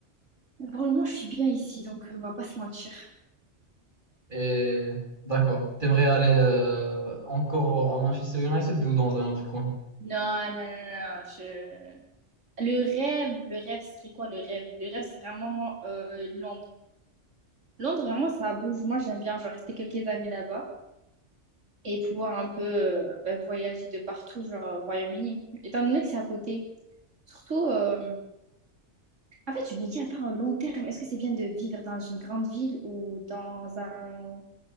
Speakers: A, on the right; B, on the right.
A: pour le moment, je suis bien ici, donc euh, on va pas se mentir.
B: Et d'accord. T'aimerais aller euh, encore à Manchester United ou dans un autre coin?
A: Non, non, non, non, je... Le rêve, le rêve serait quoi le rêve? Le rêve, c'est vraiment euh, Londres. Londres, vraiment, ça bouge. Moi, j'aime bien, genre, rester quelques années là-bas et pouvoir un peu euh, bah, voyager de partout, genre, au Royaume-Uni. Étant donné que c'est à côté. Surtout, euh, en fait, je me dis, attends, au long terme, est-ce que c'est bien de vivre dans une grande ville ou dans un...